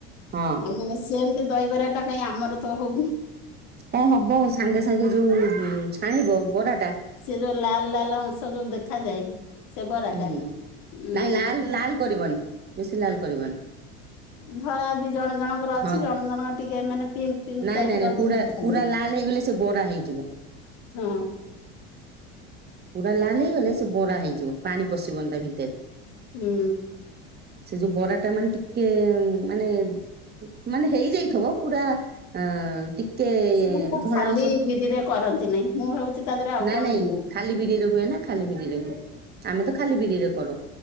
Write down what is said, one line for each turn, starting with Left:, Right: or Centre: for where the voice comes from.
Right: ହଁ
Left: ଆମେ ବାସ୍ ସେମିତି ଦହିବରା ଟା କାଇଁ ଆମର ତ ହୋଉନି?
Right: ହଁ ହବ ସାଙ୍ଗେ ସାଙ୍ଗେ ଯୋଉ ଛାଣିବ ବରାଟା
Left: ସେ ଯୋଉ ଲାଲ ଲାଲ ଅଂଶ ଯୋଉ ଦେଖାଯାଏ ସେ ବରାଟା
Right: ହୁଁ
Left: ଉଁ
Right: ନାଇଁ ଲାଲ ଲାଲ କରିବନି ବେଶୀ ଲାଲ କରିବନି।
Left: ଧଳା ବି ଜଣେ ଜଣଙ୍କର
Right: ହଁ
Left: ଅଛି ଜଣେ ଜଣଙ୍କ ଟିକେ ମାନେ ପିଙ୍କ ପିଙ୍କ
Right: ନାଇଁ
Left: ଟାଇପ
Right: ନାଇଁ
Left: ର
Right: ନାଇଁ
Left: ଟିକେ
Right: ପୁରା
Left: ଦେଖାଯାଏ।
Right: ପୁରା ଲାଲ ହେଇଗଲେ ସେ ବରା ହେଇଯିବ।
Left: ହଁ।
Right: ପୁରା ଲାଲ ହେଇଗଲେ ସେ ବରା ହେଇଯିବ ପାଣି ପଶିବନ୍ତା ତା ଭିତରେ।
Left: ହୁଁ।
Right: ସେ ଯୋଉ ବରା ଟା ମାନେ ଟିକେ ମାନେ ମାନେ ହେଇଯାଇଥିବ ପୁରା ଅ ଟିକେ
Left: ସେ ତ
Right: ଧଳା
Left: ଖାଲି
Right: ଅଂଶ
Left: ବିରିରେ କରନ୍ତି ନାଇଁ ମୁଁ ଭାବୁଛି ତା ଦେହରେ ଆଉ
Right: ନାଇଁ
Left: କଣ
Right: ନାଇଁ
Left: ଦିଅନ୍ତି।
Right: ଖାଲି ବିରିରେ ହୁଏ ନା ଖାଲି ବିରିରେ ହୁଏ ଆମେ ତ ଖାଲି ବିରିରେ କରୁ।